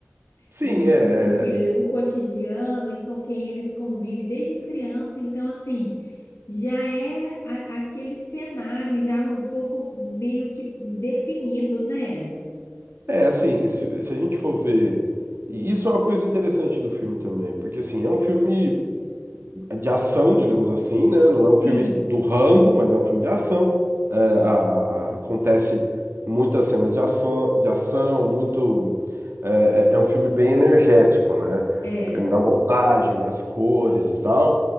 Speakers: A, on the right; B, on the left.
A: sim,
B: Tendo em
A: é,
B: vista o que
A: é,
B: ele, o cotidiano e com quem eles convivem desde criança, então assim, já é a- aquele cenário já um pouco meio que definido, né?
A: é assim, se, se a gente for ver, e isso é uma coisa interessante do filme também, porque assim, é um filme de ação, digamos assim, né? Não é um filme
B: Sim,
A: do Rambo, mas é um filme de ação. É, a- a- a- acontece muitas cenas de ação, de ação, muito. É, é- é um filme bem energético, né?
B: é,
A: Na montagem, nas cores e tal.